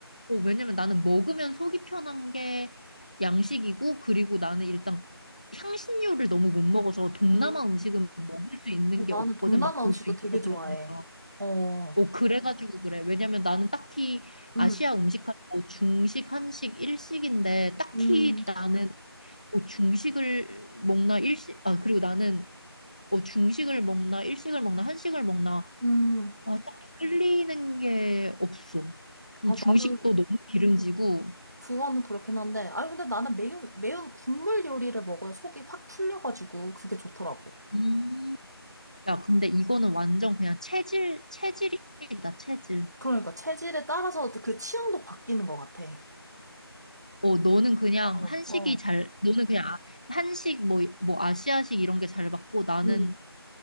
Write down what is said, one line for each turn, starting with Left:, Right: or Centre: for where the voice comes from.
Left: 오, 왜냐면 나는 먹으면 속이 편한 게 양식이고, 그리고 나는 일단 향신료를 너무 못 먹어서 동남아
Right: 음,
Left: 음식은 먹을 수 있는
Right: 어,
Left: 게 없거든.
Right: 나는 동남아
Left: 막 고수
Right: 음식도
Left: 이런
Right: 되게
Left: 거
Right: 좋아해.
Left: 들어보니까.
Right: 어,
Left: 오, 그래가지고 그래. 왜냐면 나는 딱히
Right: 음,
Left: 아시아 음식 하면 뭐 중식, 한식, 일식인데, 딱히
Right: 음,
Left: 나는 뭐 중식을 먹나, 일식, 아, 그리고 나는 어, 중식을 먹나, 일식을 먹나, 한식을 먹나,
Right: 음.
Left: 아, 딱히 끌리는 게 없어. 음,
Right: 아,
Left: 중식도
Right: 나는
Left: 너무 기름지고.
Right: 그거는 그렇긴 한데. 아니, 근데 나는 매운, 매운 국물 요리를 먹어야 속이 확 풀려가지고 그게 좋더라고.
Left: 음. 야, 근데 이거는 완전 그냥 체질, 체질이다, 체질.
Right: 그러니까 체질에 따라서 그 취향도 바뀌는 것 같아.
Left: 어, 너는 그냥
Right: 어,
Left: 한식이
Right: 어,
Left: 잘, 너는 그냥 아- 한식, 뭐, 뭐, 아시아식 이런 게 잘 맞고, 나는,
Right: 음,